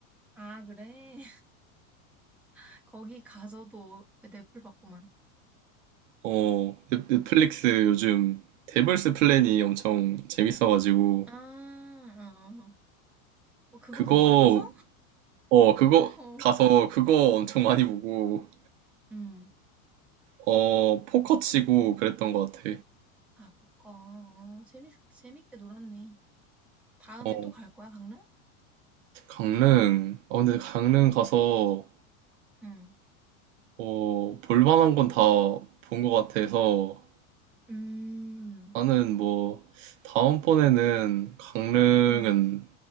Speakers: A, in the centre; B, on the right.
A: 아 그래? <laughs> 거기 가서도 넷플 받고만.
B: 어, 넷- 넷플릭스 요즘 데블스 플랜이 엄청 재밌어가지고,
A: 아. 어어어. 어 어, 그거
B: 그거,
A: 본 거야 가서?
B: 어, 그거
A: 어.
B: 가서 그거 엄청 많이 보고,
A: 음.
B: 어, 포커 치고 그랬던 것 같아.
A: 아 그거. 어 재밌 재밌게 놀았네. 다음에
B: 어,
A: 또 갈 거야 강릉?
B: 강릉. 아, 근데 강릉 가서
A: 응.
B: 뭐, 볼만한 건 다 본 것 같아서
A: 음.
B: 나는 뭐, 다음번에는 강릉은
A: 응.